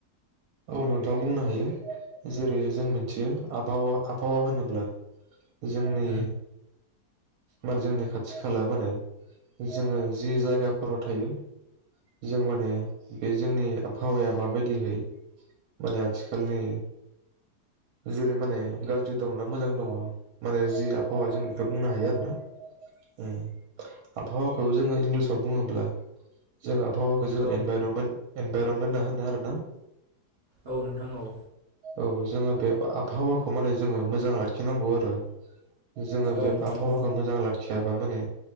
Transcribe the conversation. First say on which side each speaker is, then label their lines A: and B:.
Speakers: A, on the right (about 75°); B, on the right (about 50°).
A: अ‌ नोंथां बुंनो हायो जेरै जों मोनथियो आबहावा आबहावा होनोब्ला जोंनि
B: औ
A: मोन जोंनि खाथि खाला मा होनो जोङो जि जायगाफोराव थायो जों माने बे जोंनि आबहावाया माबायदिहाय माने आथिखालनि जेरै माने गाज्रि दङना मोजां दङ माने जि आबहावा जों बेखौ बुंनो हायो आरो ना। ओम आबहावाखौ जोङो इंलिसाव बुङोब्ला जोंआ हावाखौ जों
B: औ
A: इनभाइरमेन्ट इनभाइरमेन्टना होनना होनो आरो ना
B: औ नोंथां औ
A: औ जोङो बे आबहावाखौ माने जोङो मोजां लाखिनांगौ आरो जोङो
B: औ
A: बे
B: नोंथां
A: आबहावाखौ मोजां लाखियाबा माने